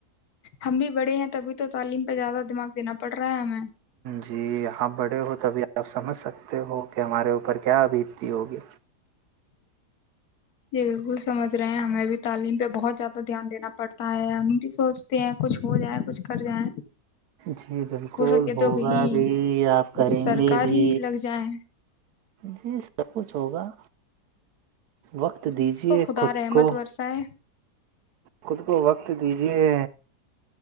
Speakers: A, on the left; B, on the right.
A: ہم بھی بڑے ہیں تبھی تو تعلیم پہ زیادہ دماغ دینا پڑ رہا ہے ہم
B: جی آپ بڑے ہو تبھی آپ سمجھ سکتے ہو کہ ہمارےو پر کیا ابیکتی ہوگی
A: جی بالکل سمجھ رہے ہیں ہمیں بھی تعلیم پہ بہت زیادہ دھیان دینا پڑتا ہے ہم بھی سوچتے ہیں کچھ ہو جائےیں کچھ کر جائیں
B: جی بالکل
A: ہو سکے
B: ہوگا
A: تو کہیں
B: بھی آپ کریں
A: سرکاری
B: گے بھی
A: لگ جائیں
B: جی سب کچھ ہوگا وقت دیجیے
A: وہ خداار
B: خود
A: احمد
B: کو
A: ورثہ ہے
B: خود کو وقت دیجیے